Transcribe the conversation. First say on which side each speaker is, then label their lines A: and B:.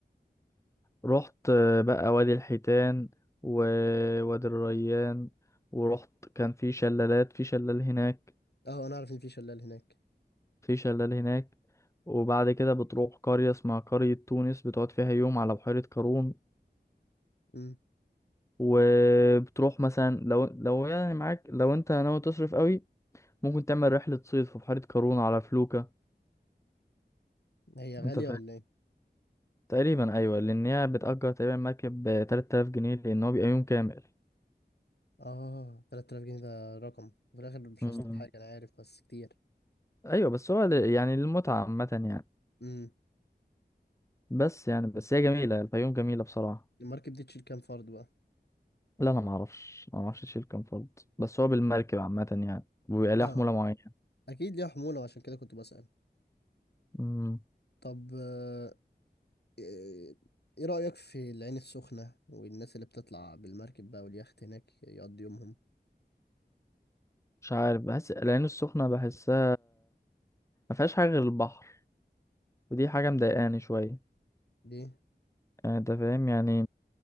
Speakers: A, on the left; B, on the left.
A: رحت بقى وادي الحيتان ووادي الريان ورحت كان في شلالات في شلال هناك
B: اه انا عارف ان في شلال هناك
A: في شلال هناك وبعد كده بتروح قرية اسمها قرية تونس بتقعد فيها يوم على بحيرة قارون
B: امم
A: وبتروح مثلا لو لو يعني معاك لو انت ناوي تصرف قوي ممكن تعمل رحلة صيد في بحيرة قارون على فلوكة
B: هي غاليه
A: انت
B: ولا ايه
A: تقريبا ايوه لان هي بتأجر تقريبا مركب ب 3000 جنيه لان هو بيبقى يوم كامل
B: اه 3000 جنيه ده رقم في الاخر مش
A: مم.
B: هصطاد حاجه انا عارف بس كتير
A: ايوه بس هو ل- يعني للمتعه عامه يعني
B: امم
A: بس يعني بس هي جميله الفيوم جميله بصراحه
B: المركب دي تشيل كام فرد بقى
A: لا انا ما اعرفش ما اعرفش تشيل كام فرد بس هو بالمركب عامه يعني وبيبقى ليها
B: اه
A: حموله معينه
B: اكيد ليها حمولة وعشان كده كنت بسأل
A: مم.
B: طب آه، ايه إيه رأيك في العين السخنة والناس اللي بتطلع بالمركب بقى واليخت هناك يقضي يومهم
A: مش عارف بحس العين السخنه بحسها ما فيهاش حاجه غير البحر ودي حاجه مضايقاني شويه
B: دي
A: يعني انت فاهم يعني